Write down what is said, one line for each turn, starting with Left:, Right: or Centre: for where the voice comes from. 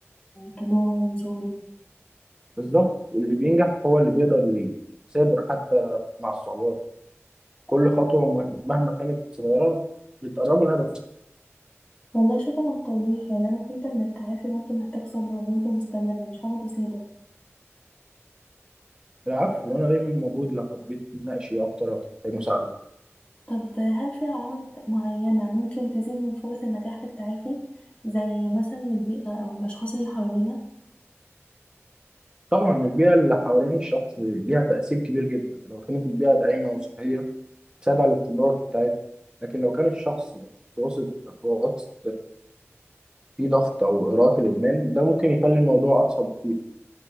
Left: طلوع ونزول
Right: بالظبط واللي بينجح هو اللي بيقدر يثابر حتى مع الصعوبات كل خطوة مه- مهما كانت صغيرة بتقربه الهدف
Left: والله شكرا على التوضيح يعني انا فهمت ان التعافي برضه محتاج صبر وجهد مستمر مش حاجة بسيطة
Right: العفو وأنا دايما موجود لو حبيت تناقشي أكتر أو تحتاج مساعدة
Left: طب هل في عوامل ت- معينة ممكن تزيد من فرص النجاح في التعافي زي مثلا البيئة او الاشخاص اللي حوالينا
Right: طبعا البيئة اللي حوالين الشخص ليها تأثير كبير جدا لو كانت البيئة داعمة وصحية تساعد على الاستمرار في التعافي لكن لو كان الشخص في وسط في وسط فيه ضغط أو إغراءات في الإدمان ده ممكن يخلي الموضوع أصعب كتير.